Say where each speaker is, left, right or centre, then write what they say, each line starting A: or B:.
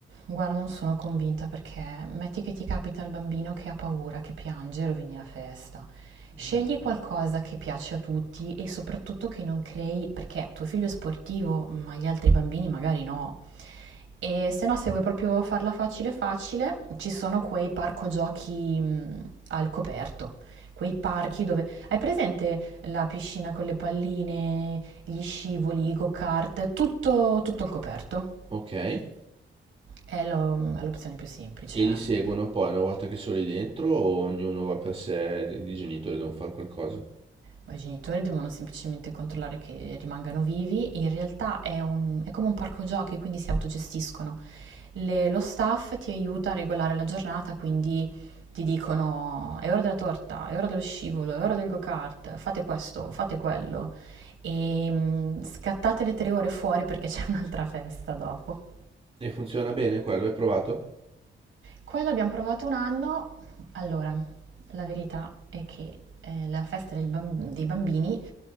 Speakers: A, on the right; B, on the right.
A: Guarda, non sono convinta perché metti che ti capita il bambino che ha paura, che piange, rovini la festa.
B: Non
A: Scegli
B: è giusto.
A: qualcosa che piace a tutti e soprattutto che non crei, perché tuo figlio è sportivo, ma gli altri bambini magari no. E se no, se vuoi proprio farla facile facile, ci sono quei parco giochi mh, al coperto, quei parchi dove hai presente la piscina con le palline, gli scivoli, i go-kart, tutto, tutto al coperto.
B: Ok? E
A: È lo- è l'opzione più semplice.
B: li
A: eh.
B: seguono poi una volta che sono lì dentro o ognuno va per sé, i genitori devono fare qualcosa.
A: Ma I genitori devono semplicemente controllare che rimangano vivi. In realtà è, un- è come un parco giochi, quindi si autogestiscono. Le- lo staff ti aiuta a regolare la giornata, quindi ti dicono è ora della torta, è ora dello scivolo, è ora del go-kart, fate questo, fate quello. E mm, scattate le tre ore fuori perché c'è un'altra festa dopo.
B: E funziona bene quello, hai provato?
A: Quello abbiamo provato un anno. Allora, la verità è che eh, la festa del bam- dei bambini